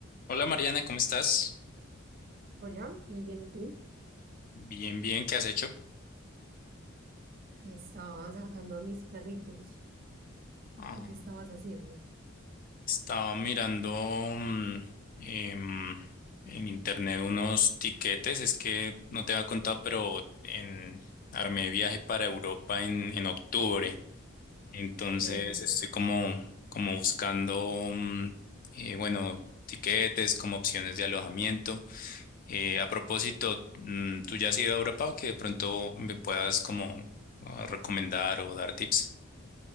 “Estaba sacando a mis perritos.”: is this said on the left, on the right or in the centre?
Right